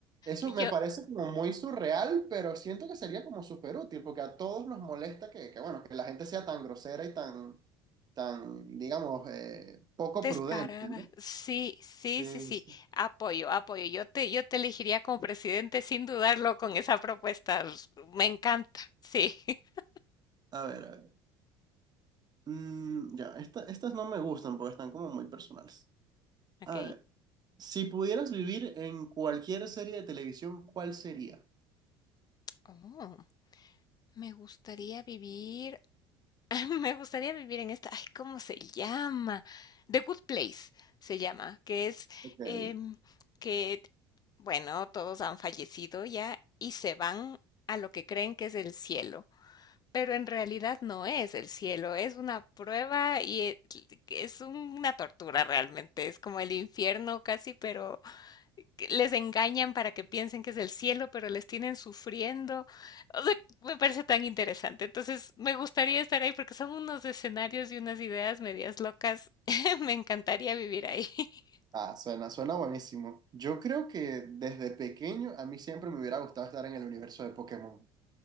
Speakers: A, on the right (about 30°); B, on the left (about 30°).
A: Eso
B: yo.
A: me parece como muy surreal, pero siento que sería como súper útil, porque a todos nos molesta que, que, bueno, que la gente sea tan grosera y tan, tan, digamos, eh, poco
B: Descarada.
A: prudente, ¿no?
B: Sí, sí,
A: Sí,
B: sí, sí.
A: sí.
B: Apoyo, apoyo. Yo te, yo te elegiría como presidente sin dudarlo con esa propuesta. Me encanta. Sí. <laughs>
A: A ver, a ver. Mm, ya, esta- estas no me gustan porque están como muy personales.
B: Ok.
A: A ver, si pudieras vivir en cualquier serie de televisión, ¿cuál sería?
B: Oh, me gustaría vivir, <laughs> me gustaría vivir en esta, ay, ¿cómo se llama? The Good Place se llama, que es
A: Ok.
B: em, que, bueno, todos han fallecido ya y se van a lo que creen que es el cielo. Pero en realidad no es el cielo, es una prueba y e- es una tortura realmente, es como el infierno casi, pero que les engañan para que piensen que es el cielo, pero les tienen sufriendo. O sea, me parece tan interesante. Entonces, me gustaría estar ahí porque son unos escenarios y unas ideas medias locas. <laughs> Me encantaría vivir ahí. <laughs>
A: Ah, suena, suena buenísimo. Yo creo que desde pequeño a mí siempre me hubiera gustado estar en el universo de Pokémon.